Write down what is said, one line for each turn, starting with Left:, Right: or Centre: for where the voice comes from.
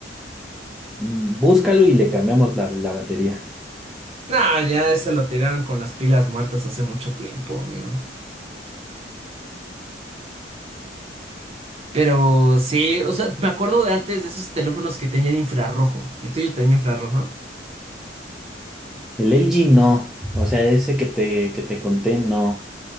Centre: Búscalo y le cambiamos la, la batería.
Right: No, ya ese lo tiraron con las pilas muertas hace mucho tiempo, amigo. Pero sí, o sea, me acuerdo de antes de esos teléfonos que tenían infrarrojo. ¿El tuyo tenía infrarrojo?
Centre: El LG no. O sea, ese que te, que te conté, no.